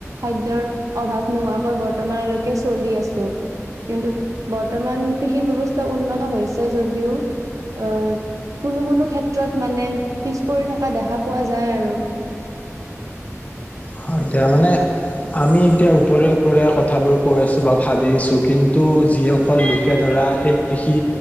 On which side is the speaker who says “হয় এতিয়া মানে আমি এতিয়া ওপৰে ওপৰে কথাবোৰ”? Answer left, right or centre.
Left